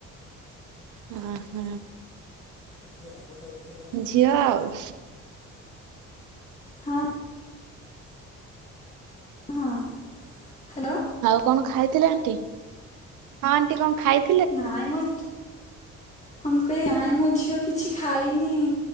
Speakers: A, on the right; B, on the left.
A: ଓ ହ।
B: ସେିନ ବଟାଉ ଉପ <unintelligible>
A: ଝିଅ ଆଉ
B: ହଁ। ହଁ ହ୍ୟାଲୋ।
A: ଆଉ କଣ ଖାଇଥିଲେ ଆଣ୍ଟି ହଁ ଆଣ୍ଟି କଣ ଖାଇ
B: ନାଇଁ ମୋ ହ ମୁଁ କହି ନାଇଁ ମୋ ଝିଅ କିଛି ଖାଇନି